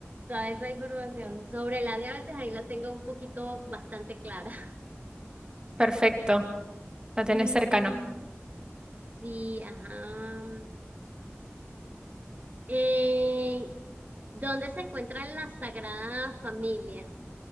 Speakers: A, on the right; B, on the right.
A: toda esa información sobre la diabetes, ahí la tengo un poquito bastante clara. <laughs>
B: Perfecto. La tenés
A: Mm,
B: cercano.
A: sí, ajá. Eh, ¿dónde se encuentra la Sagrada Familia?